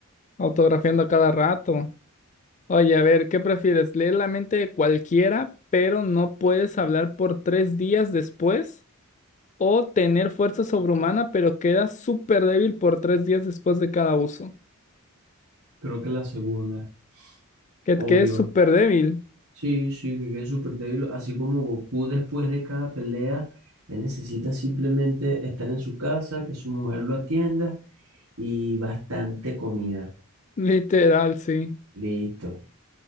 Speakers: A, on the left; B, on the right.
A: autografiando a cada rato. Oye, a ver, ¿qué prefieres? ¿Leer la mente de cualquiera, pero no puedes hablar por tres días después? ¿O tener fuerza sobrehumana, pero quedas súper débil por tres días después de cada uso?
B: Creo que la segunda,
A: Que
B: obvio.
A: quedes súper débil,
B: Sí, sí, que quede súper débil. Así como Goku después de cada pelea, él necesita simplemente estar en su casa, que su mujer lo atienda y bastante comida.
A: <laughs> literal, sí.
B: Listo,